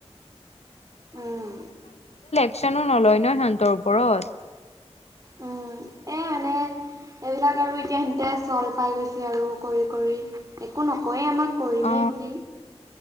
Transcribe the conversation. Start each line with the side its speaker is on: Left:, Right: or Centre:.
Right: উম,
Left: নো নলয় ন সিহঁতৰ ওপৰত
Right: উম এ মানে এইবিলাক আৰু এতিয়া সেনেতে চল পাই গৈছে আৰু কৰি কৰি একো নকয়েই আমাক কৰিমেই
Left: অ
Right: বুলি